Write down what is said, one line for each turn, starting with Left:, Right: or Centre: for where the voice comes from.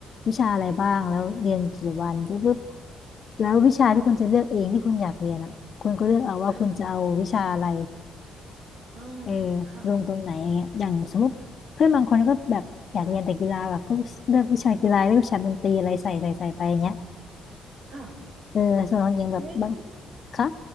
Left: วิชาอะไรบ้างแล้วเรียนกี่วันปุ๊บปุ๊บแล้ววิชาที่คุณจะเลือกเองที่คุณอยากเรียนอ่ะคุณก็เลือกเอาว่าคุณจะเอาวิชาอะไร
Right: ค่ะค่ะอ่า
Left: เออ
Right: ค่ะ
Left: ลงตรงไหนอย่างเงี้ยอย่างสมมติเพื่อนบางคนก็แบบอยากเรียนแต่กีฬาแบบก็เลือกวิชากีฬาเลือกวิชาดนตรีอะไรใส่ใส่ใส่ไปอย่างเงี้ย
Right: ค่ะ
Left: เออส่วนของหญิงแบบบาง
Right: เฮ้ย
Left: คะ